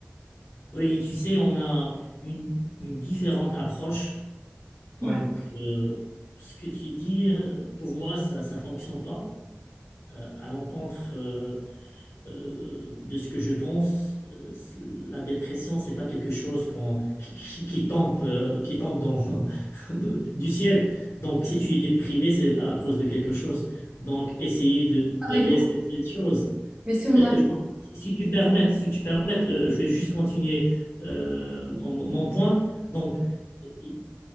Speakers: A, on the left; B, on the right.
A: Oui, tu sais, on a une, une différente approche. Donc,
B: Ouais.
A: euh, ce que tu dis, euh, pour moi, ça ne fonctionne pas euh, à l'encontre euh, euh, de ce que je pense, euh, c- la dépression, c'est pas quelque chose qu'on, qui, qui- qui tombe, euh, qui tombe dans, <laughs> de- du ciel. Donc, si tu es déprimé, c'est à cause de quelque chose. Donc, essayer de régler
B: Avec
A: ce- cette chose.
B: Mais si on
A: Euh,
B: arrive,
A: je- si tu permets, si tu permets, euh, je vais juste continuer euh, mon, mon point. Donc, i-